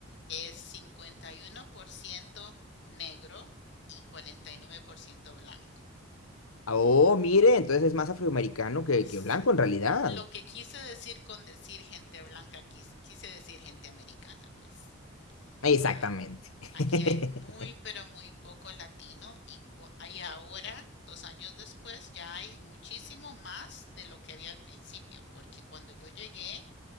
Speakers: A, on the left (about 55°); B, on the left (about 80°).
A: es 51% negro y 49% blanco.
B: Ah, Oh, mire, entonces es más afroamericano que,
A: Sí.
B: que blanco en realidad.
A: Lo que quise decir con decir gente blanca, quis- quise, decir gente americana, pues.
B: Exactamente.
A: Ah, Aquí
B: <laughs>
A: hay muy, pero muy poco latino y, cu- hay ahora, dos años después, ya hay muchísimo más de lo que había al principio, porque cuando yo llegué,